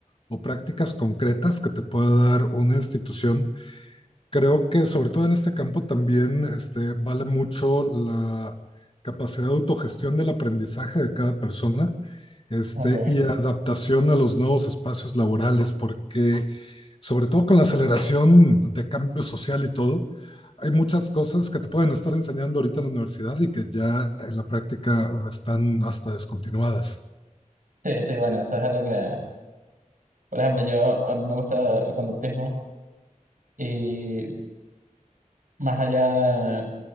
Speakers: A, on the left (about 45°); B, on the right (about 80°).
A: o prácticas concretas que te pueda dar una institución, creo que sobre todo en este campo también este, vale mucho la capacidad de autogestión del aprendizaje de cada persona. Este,
B: Ok.
A: y adaptación a los nuevos espacios laborales, porque sobre todo con la aceleración de cambio social y todo, hay muchas cosas que te pueden estar enseñando ahorita en la universidad y que ya en la práctica están hasta descontinuadas.
B: Sí, sí, bueno, eso es algo que... Por ejemplo, yo a mí me gusta el conductismo y más allá de,